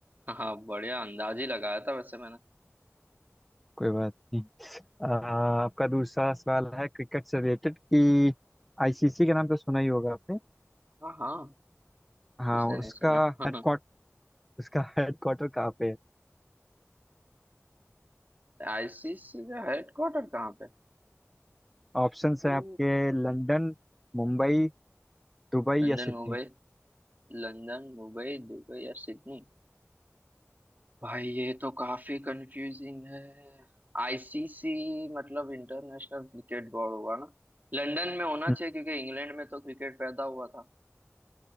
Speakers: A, on the right; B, in the centre.
A: हाँ बढ़िया अंदाज ही लगाया था वैसे मैंने
B: कोई बात नहीं अ, आपका दूसरा सवाल है क्रिकेट से रिलेटेड कि आईसीसी का नाम तो सुना ही होगा आपने
A: हाँ हाँ
B: हाँ
A: किसने नहीं
B: उसका
A: सुना <laughs>
B: हेडक्वार्ट उसका हेडक्वार्टर कहाँ पे है
A: आईसीसी का हेडक्वार्टर कहाँ पे
B: ऑप्शंस
A: ओ
B: है आपके लंदन मुंबई दुबई या
A: London
B: सिडनी
A: Mumbai London Mumbai Dubai या सिडनी भाई ये तो काफी कंफ्यूजिंग है आईसीसी मतलब इंटरनेशनल क्रिकेट बोर्ड हुआ ना लंदन में होना
B: हम्म,
A: चाहिए क्योंकि इंग्लैंड में तो क्रिकेट पैदा हुआ था